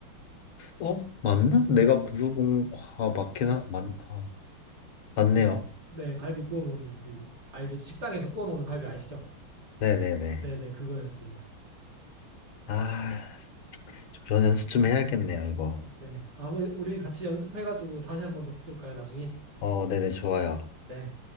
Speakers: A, on the left; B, on the right.
A: 어? 맞나? 내가 물어본, 아, 맞긴, 하, 맞, 아, 맞네요.
B: 네. 네. 갈비 구워 먹는 그, 알죠? 식당에서 구워 먹는 갈비 아시죠?
A: 네네네.
B: 네네. 그거였습니다.
A: 아, 좀 연- 연습 좀 해야겠네요, 이거.
B: 네. 아마 우리 같이 연습해가지고 다시 한번 더 붙을까요? 나중에?
A: 어, 네네, 좋아요.
B: 네.